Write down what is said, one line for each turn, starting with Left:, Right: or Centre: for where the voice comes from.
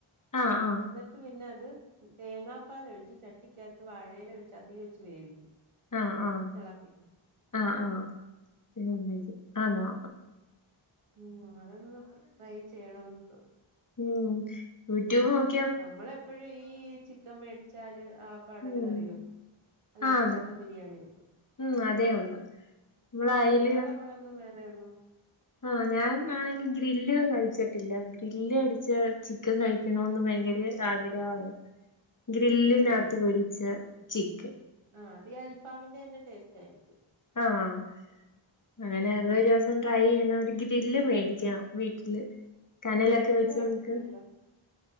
Left: ആഹ് ആഹ്
Right: എന്നിട്ട് പിന്നെ അത് തേങ്ങാപ്പാാല ഒഴിച്ച് ചട്ടിക്കകത്ത് വാഴയില ഒഴിച്ച് അതിൽ വെച്ച് വേവിക്കും
Left: ആഹ് ആഹ്
Right: ളപ്പിക്കും
Left: ആഹ് ആഹ് ആണാ
Right: ഉം അതൊന്ന് ട്രൈ ചെയ്യണന്ന് തോന്നുന്നു
Left: ഉം യൂടൂബ്
Right: നമ്മളെപ്പോഴും ഈ ചിക്കൻ മേടിച്ചാല് ആ പാടര്
Left: ഉം
Right: കറി വെക്കും അല്ലെങ്കിൽ
Left: ആഹ് അതെ
Right: ചിക്കൻ ബിരിയാണി വെക്കും
Left: ഉം അതേ ഉള്ളു നമ്മള്
Right: ആ
Left: അയില്
Right: അല്ലാതെ നമ്മള് വേറെന്നോ
Left: ആഹ് ഞാൻാണെങ്കിൽ ഗ്രില്ല് കഴിച്ചിട്ട് കിില്ല ഗ്രില്ല് അടിച്ച ചിക്കൻ കഴിക്കണന്ന് ഭയങ്കര ആഗ്രഹണ് ഗ്രില്ലിനകത്ത്
Right: ആന്നോ
Left: പൊരിച്ച ചിക്കൻ
Right: ആഹ് അതീ അൽഫാമിന്റെ തന്നെ ടേസ്റ്റ് ആരിക്കും
Left: ആഹ് അങ്ങനെ
Right: ഉം
Left: അതൊരു ഒന്ന് ട്രൈ ചെയ്യണം ഒരു ഗ്രില്ല് മേടിക്കണം വീട്ടില് കനലൊക്കെ
Right: ബ്രോസ്റ്റഡ്
Left: വെച്ച്
Right: കഴിച്ചിട്ടുണ്ടോ
Left: നമക്ക്